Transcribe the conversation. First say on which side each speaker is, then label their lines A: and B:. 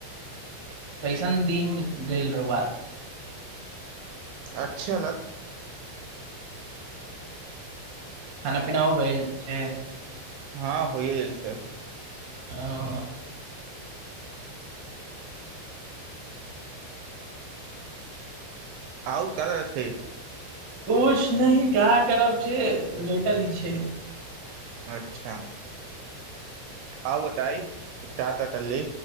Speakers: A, on the right; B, on the right.
A: कइसन दिन गैल रहौ बात
B: अच्छा लत
A: खाना पीना हो गैल छै
B: हँ होइये गेल छै
A: हं
B: आउ क त रस्त
A: कुछ नहीं क्या करब छे लेटल इछै
B: अच्छा हा बताई का का कर रहली